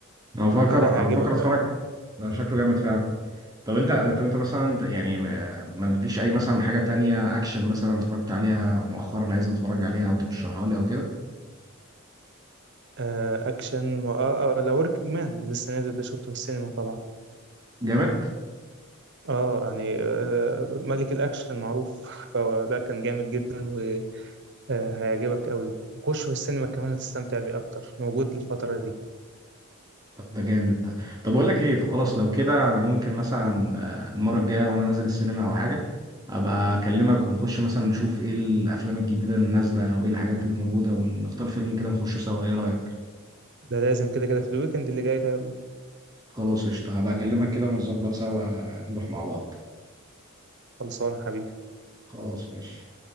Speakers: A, on the right; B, on the right.
A: انا بفكر
B: اه لا هيعجبك
A: انا بفكر اتفرج ده شكله جامد فعلا طب انت طب انت مثلا يعني ما ما تديش اي مثلا حاجه تانية اكشن مثلا اتفرجت عليها مؤخرا عايز اتفرج عليها او ترشحها لي او كده
B: آه، أكشن و... آه آه، لا وركينج مان لسه نازل ده شفته في السينما طبعا
A: جامد
B: اه يعني آه، ملك الأكشن معروف فده كان جامد جدا آه، هيعجبك قوي وخش في السينما كمان هتستمتع بيه اكتر موجود الفترة دي
A: طب ده جامد ده طب اقول لك ايه طب خلاص لو كده انا ممكن مثلا آه، المره الجايه وانا نازل السينما او حاجه ابقى اكلمك ونخش مثلا نشوف ايه الافلام الجديده اللي نازله وايه الحاجات اللي موجوده ونختار فيلم كده نخشه سوا ايه رايك
B: ده لازم كده كده في الويكند اللي جاي ده يلا
A: خلاص قشطة هبقى أكلمك كده ونظبط سوا نروح مع بعض
B: خلصانة حبيبي
A: خلاص ماشي